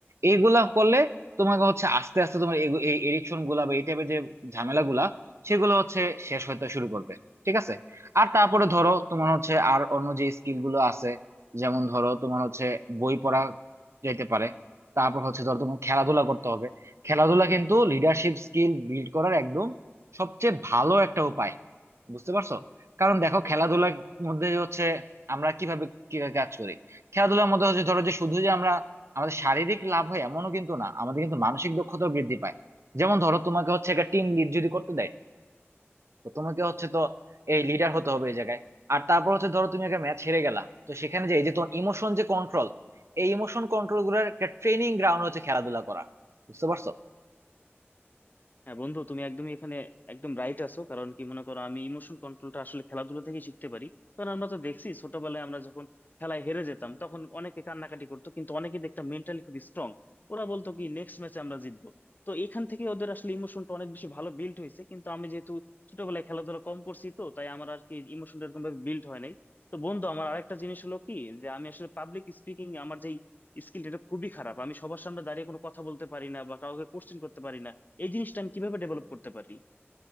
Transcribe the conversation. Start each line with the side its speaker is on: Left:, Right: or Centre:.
Right: এইগুলা করলে তোমাকে হচ্ছে আস্তে আস্তে তোমার এগু- এই এডিকশন গুলা ঝামেলাগুলা সেগুলো হচ্ছে শেষ হতে শুরু করবে ঠিক আছে আর তারপরে ধরো তোমার হচ্ছে আর অন্য যে স্কিল গুলো আছে যেমন ধরো তোমার হচ্ছে বই পড়া যেতে পারে তারপর হচ্ছে ধরো তোমার খেলাধুলা করতে হবে খেলাধুলা কিন্তু লিডারশিপ স্কিল বিল্ড করার একদম সবচেয়ে ভালো একটা উপায় বুঝতে পারছো কারণ দেখো খেলাধুলার মধ্যে হচ্ছে আমরা কিভাবে কি কাজ করি খেলাধুলার মধ্যে হচ্ছে ধরো যে শুধু যে আমরা আমাদের শারীরিক লাভ হয় এমনও কিন্তু না আমাদের কিন্তু মানসিক দক্ষতাও বৃদ্ধি পায় যেমন ধরো তোমাকে হচ্ছে একটা টিম লিড যদি করতে দেয় তো তোমাকে হচ্ছে তো এই লিডার হতে হবে এই জায়গায় আর তারপর হচ্ছে ধরো তুমি একটা ম্যাচ হেরে গেলা তো সেখানে যে এই যে তোমার ইমোশন যে কন্ট্রোল এই ইমোশন কন্ট্রোল গুলোর একটা ট্রেনিং গ্রাউন্ড হচ্ছে খেলাধুলা করা বুঝতে পারছো
Left: হ্যাঁ বন্ধু তুমি একদমই এখানে একদম রাইট আছো কারণ কি মনে করো আমি ইমোশন কন্ট্রোলটা আসলে খেলাধুলা থেকে শিখতে পারি কারণ আমরা তো দেখছি ছোটবেলায় আমরা যখন খেলায় হেরে যেতাম তখন অনেকে কান্নাকাটি করতো কিন্তু অনেকে দেখতাম মেন্টালি খুব স্ট্রং ওরা বলতো কি নেক্সট ম্যাচে আমরা জিতবো তো এখান থেকে ওদের আসলে ইমোশনটা অনেক বেশি ভালো বিল্ড হয়েছে কিন্তু আমি যেহেতু ছোটবেলায় খেলাধুলা কম করছি তো তাই আমার আর কি ইমোশনটা এরকম ভাবে বিল্ড হয় নাই তো বন্ধু আমার আরেকটা জিনিস হলো কি যে আমি আসলে পাবলিক স্পিকিং আমার যেই স্কিল এটা খুবই খারাপ আমি সবার সামনে দাঁড়িয়ে কোনো কথা বলতে পারি না বা কাউকে কোশ্চেন করতে পারি না এই জিনিসটা আমি কিভাবে ডেভেলপ করতে পারি